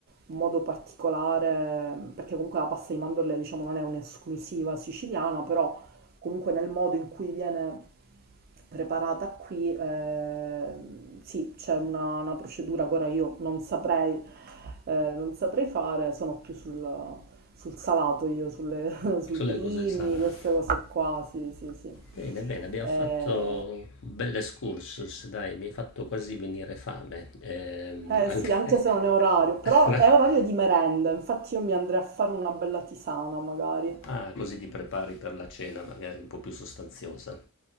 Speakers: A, on the right (about 45°); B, on the left (about 60°).
A: un modo particolare, perché comunque la pasta di mandorle, diciamo, non è un'esclusiva siciliana, però comunque nel modo in cui viene preparata qui, eh, sì, c'è una, una procedura che ora io non saprei, eh, non saprei fare, sono più sul, sul salato io, sulle- <laughs> sui
B: Sulle
A: primi,
B: cose salate.
A: queste cose qua, sì, sì, sì.
B: Bene, bene, abbiamo
A: Eh,
B: fatto un bel excursus, dai, mi hai fatto quasi venire fame. Ehm,
A: eh,
B: anche...
A: sì, anche se non è orario, però
B: <laughs>
A: è orario di merenda, infatti io mi andrei a fare una bella tisana magari.
B: Ah, così ti prepari per la cena magari un po' più sostanziosa.